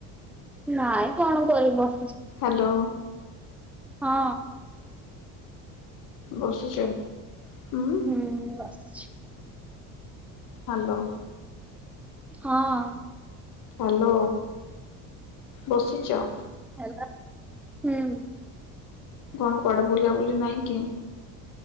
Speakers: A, in the centre; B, on the left.
A: ନାଇଁ କଣ କରିବ?
B: ହ୍ୟାଲୋ।
A: ହଁ
B: ବସଛୁଚ ହୁଁ
A: ହୁଁ ବଛିଚି ହୁଁ
B: ହ୍ୟାଲୋ
A: ହଁ ଅଁ
B: ହ୍ୟାଲୋ ବସିଚ?
A: ହେଲୋ, ହୁଁ
B: କଣ କୁଆଡେ ବୁଲା ବୁଲି ନାଇଁ କି